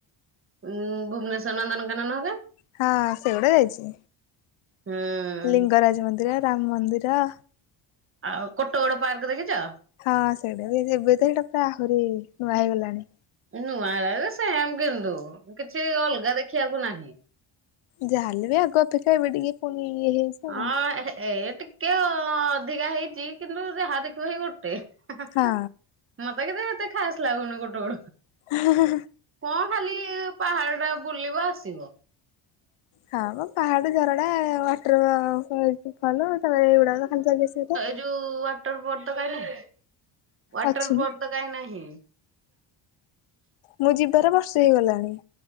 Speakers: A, on the right; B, on the left.
A: ଭୁବନେଶ୍ଵର ନନ୍ଦନକାନନରେ
B: ହଁ ସେଗୁଡା ଯାଇଛି
A: ହୁଁ।
B: ଲିଙ୍ଗରାଜ ମନ୍ଦିର, ରାମ ମନ୍ଦିର
A: ଆଉ କୋଟ ଗୋଡ ପାର୍କ ଦେଖିଛ?
B: ହଁ ସେଇଟା ବି ଏବେ ତ ସେଇଟା ପୁରା ଆହୁରି ନୂଆ ହେଇଗଲାଣି।
A: ନୂଆ ସେମ କିନ୍ତୁ କିଛି ଅଲଗା ଦେଖିବାକୁ ନାହିଁ।
B: ଯାହାେଲେ ବି ଆଗ ଅପେକ୍ଷା ଏବେ ଟିକେ ପୁଣି ଇଏ ହେଇଛି।
A: ହଁ
B: ଆଉ
A: ଏ ଟିକେ ଅଧିକା ହେଇଛି କିନ୍ତୁ ଯାହା ଦେଖିବ ହଇ ଗୋଟେ। ମତେ
B: କଣ
A: କେତେ କେତେ ଖାସ ଲାଗୁନ କୋଟେ
B: ହଁ।
A: ହଁ ଖାଲି ପାହାଡ ଟା ବୁଲିବ ଆସିବ।
B: ହଁ ମୋ ପାହାଡ ଝରଡା ୱାଟର ଖଲୁ ତାମ ଏଇଗୁଡାକ ଖାଲି ସହିତ।
A: ଉ ୱାଟର ବୋର୍ଡ ତ କାହିଁ ନାହିଁ ୱାଟର
B: ଅଛି।
A: ବୋର୍ଡ। ତ କାଇଁ ନାହିଁ।
B: ମୁଁ ଯିବାର ବର୍ଷେ ହେଇଗଲାଣି।